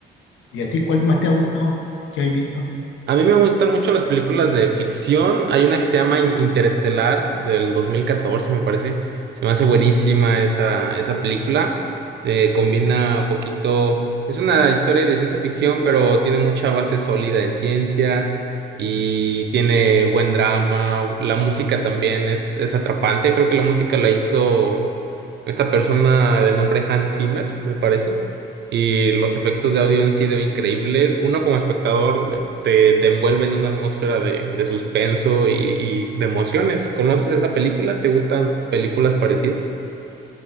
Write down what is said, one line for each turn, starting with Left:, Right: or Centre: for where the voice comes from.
Left: ¿Y a ti cuál más te ha gustado que has visto?
Right: A mí me gustan mucho las películas de ficción. Hay una que se llama In- Interestelar del 2014, me parece. Se me hace buenísima esa, esa película. Eh, combina poquito. Es una historia de ciencia ficción, pero tiene mucha base sólida en ciencia y tiene buen drama. La música también es, es atrapante. Creo que la música la hizo esta persona de nombre Hans Zimmer, me parece. Y los efectos de audio han sido increíbles. Uno como espectador te, te envuelve en una atmósfera de, de suspenso y, y de emociones. ¿Conoces esa película? ¿Te gustan películas parecidas?